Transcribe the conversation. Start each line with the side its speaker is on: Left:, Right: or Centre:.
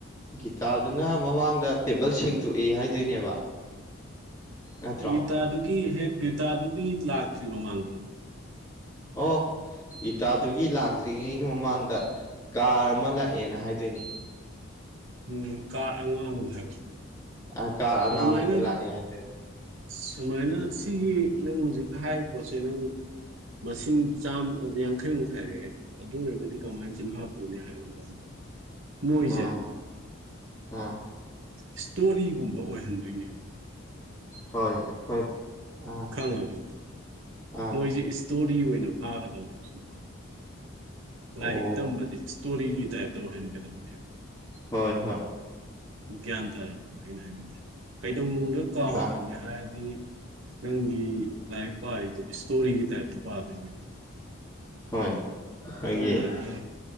Left: ꯒꯤꯇꯥꯗꯨꯅ ꯃꯃꯥꯡꯗ ꯇꯦꯕꯜ ꯁꯦꯡꯇꯣꯛꯏ ꯍꯥꯏꯗꯣꯏꯅꯦꯕ ꯅꯠꯇ꯭ꯔꯣ
Right: ꯒꯤꯇꯥꯗꯨꯒꯤ ꯍꯦꯛ ꯒꯤꯇꯥꯗꯨꯗꯤ ꯂꯥꯛꯇ꯭ꯔꯤ ꯃꯃꯥꯡꯗ
Left: ꯑꯣ ꯒꯤꯇꯥꯗꯨꯒꯤ ꯂꯥꯛꯇ꯭ꯔꯤꯉꯩꯒꯤ ꯃꯃꯥꯡꯗ ꯀꯥꯔ ꯑꯃ ꯂꯥꯛꯑꯦꯅ ꯍꯥꯏꯗꯣꯏꯅꯦ
Right: ꯎꯝ ꯀꯥꯔ ꯑꯉꯥꯡ ꯍꯥꯏꯕ
Left: ꯑ ꯀꯥꯔ ꯑꯉꯥꯡꯕꯗꯣ
Right: ꯑꯗꯨꯃꯥꯏꯅ
Left: ꯂꯥꯛꯑꯦ ꯍꯥꯏꯗꯣꯏꯅꯦ
Right: ꯁꯨꯃꯥꯏꯅ ꯁꯤꯒꯤ ꯅꯪ ꯍꯧꯖꯤꯛ ꯍꯥꯏꯔꯤꯕ ꯄꯣꯠꯁꯦ ꯅꯪ ꯃꯁꯤꯡ ꯆꯥꯝ ꯌꯥꯡꯈꯩꯃꯨꯛ ꯍꯥꯏꯔꯛꯑꯦ ꯑꯗꯨ ꯑꯣꯏꯔꯒꯗꯤ ꯀꯃꯥꯏꯅ ꯆꯤꯝꯐꯥ ꯄꯨꯧꯅꯤ ꯍꯥꯏꯕꯖꯕꯗ ꯃꯣꯏꯁꯦ
Left: ꯑꯥ ꯑꯥ
Right: ꯏꯁꯇꯣꯔꯤꯒꯨꯝꯕ ꯑꯣꯏꯍꯟꯗꯣꯏꯅꯦ
Left: ꯍꯣꯏ ꯑꯩꯈꯣꯏ ꯑꯥ
Right: ꯈꯪꯉꯦ
Left: ꯑꯥ
Right: ꯃꯣꯏꯁꯤꯦ ꯏꯁꯇꯣꯔꯤ ꯑꯣꯏꯅ ꯐꯥꯒꯗꯧꯅꯦ ꯁꯤꯦ
Left: ꯑꯣ
Right: ꯂꯥꯏꯔꯤꯛ ꯇꯝꯕꯗꯤ ꯏꯁꯇꯣꯔꯤꯒꯤ ꯇꯥꯏꯞꯇ ꯑꯣꯏꯍꯟꯒꯗꯕꯅꯦꯕ
Left: ꯍꯣꯏ ꯍꯣꯏ
Right: ꯒ꯭ꯌꯥꯟ ꯇꯥꯔꯦ ꯑꯩꯅ ꯍꯥꯏꯅꯤꯡꯉꯤꯁꯦ ꯀꯩꯗꯧꯅꯨꯡꯗ ꯀꯥꯎꯔꯔꯣꯏꯒꯦ
Left: ꯑ
Right: ꯍꯥꯏꯔꯗꯤ ꯅꯪꯒꯤ ꯂꯥꯏꯛ ꯄꯥ ꯏꯁꯇꯣꯔꯤꯒꯤ ꯇꯥꯏꯞꯇ ꯄꯥꯗꯦ
Left: ꯍꯣꯏ ꯑꯩꯒꯤ
Right: ꯁꯅꯒ